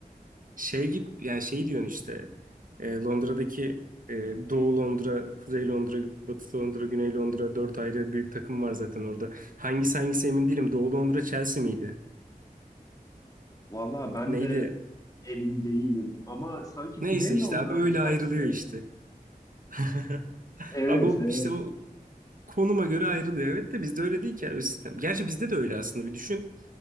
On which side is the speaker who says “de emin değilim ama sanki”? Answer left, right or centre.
Left